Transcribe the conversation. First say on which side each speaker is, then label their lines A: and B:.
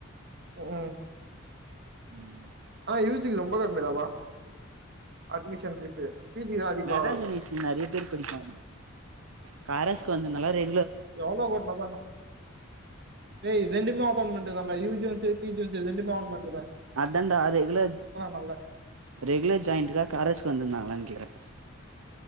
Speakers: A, on the right; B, on the right.
A: ம்
B: ம்
A: யூஜிக்கு ரொம்ப கம்மிடாப்பா அட்மிஷன் ஃபீஸு பி ஜிக்கு தா அதிகமா
B: மெட்ராஸ்
A: வாங்குறாங்க
B: யூனிவஸ்டி நற்ய பேரு படிப்பாய்ங் கரஸ்க்கு வந்து நல்ல ரே
A: எவ்ளோ கட்னுதான டே ரெண்டுமே ஒப்பான்டுதான்டா யூஜியு சேர் பீஜியு சேர் ரெண்டுமே ஆகுமெண்ட்
B: அதா‌ன்டா ரெகுல
A: நம்மள
B: ரெகுலர் ஜாயிண்டுக்கா கரஸ்க்கு வந்திந்தாங்களான் கேக்குற